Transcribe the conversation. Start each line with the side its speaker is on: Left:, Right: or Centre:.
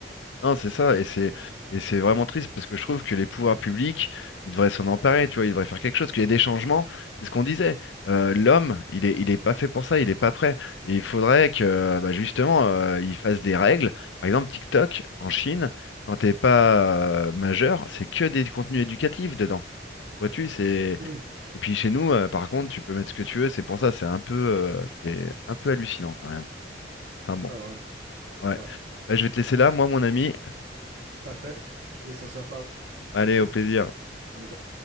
Left: Non, c'est ça, et c'est et c'est vraiment triste parce que je trouve que les pouvoirs publics, ils devraient s'en emparer, tu vois, ils devraient faire quelque chose, qu'il y ait des changements, c'est ce qu'on disait. Euh, l'homme, il est, il est pas fait pour ça, il est pas prêt. Et il faudrait que bah, justement, euh, il fasse des règles. Par exemple, TikTok, en Chine, quand t'es pas euh, majeur, c'est que des contenus éducatifs dedans. Vois-tu, c'est.
Right: Hmm.
Left: Et puis chez nous, euh, par contre, tu peux mettre ce que tu veux, c'est pour ça, c'est un peu euh, c'est un peu hallucinant quand même. Enfin bon,
Right: Ah ouais.
Left: ouais.
Right: Ouais.
Left: Bah, je vais te laisser là, moi mon ami.
Right: Parfait. Yes, on se reparle.
Left: Allez, au plaisir.
Right: À bientôt.